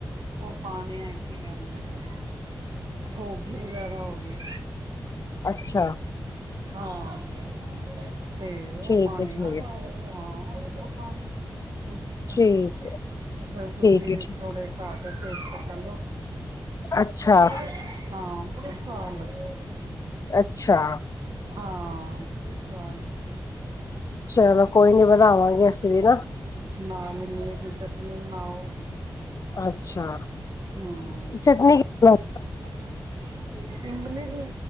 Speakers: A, on the right; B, on the left.
A: ਉਹ ਪਾਣੇ ਐ ਕੀ ਕਹਿੰਦੇ ਨੇ, ਸੋਗੀ ਵਗੈਰਾ ਹੋ ਗਈ।
B: ਅੱਛਾ।
A: ਹਾਂ। ਤੇ ਉਹ
B: ਠੀਕ
A: ਪਾਣੀ
B: ਹੈ ਠੀਕ
A: ਉਹ ਪਾ
B: ਹੈ
A: ਲਓ, ਹਾਂ ਉਹ ਪਾ ਲੋ। ਕੋਈ ਚੱਕਰ
B: ਠੀਕ
A: ਨਹੀਂ,
B: ਹੈ
A: ਤੇ ਫਿਰ ਤੁਸੀਂ
B: ਠੀਕ ਹੈ ਠੀਕ
A: ਥੋੜੇ ਘੱਟ ਸੇਕ ਤੇ ਤਲੋ
B: ਅੱਛਾ,
A: ਬੜੇ ਹਾਂ, ਬੜੇ ਸਵਾਦ ਲਗਦੇ।
B: ਅੱਛਾ।
A: ਹਾਂ ਬੋਤ ਸਵਾਦ
B: ਚਲੋ ਕੋਈ ਨੀ ਬਣਾਵਾਂਗੇ ਅਸੀ ਵੀ ਨਾ।
A: ਨਾਲ ਇਮਲੀ ਦੀ ਚਟਨੀ ਬਣਾਓ।
B: ਅੱਛਾ।
A: ਹੂੰ।
B: ਚਟਨੀ ਕੀ
A: <unintelligible> ਇਮਲੀ ਦੀ।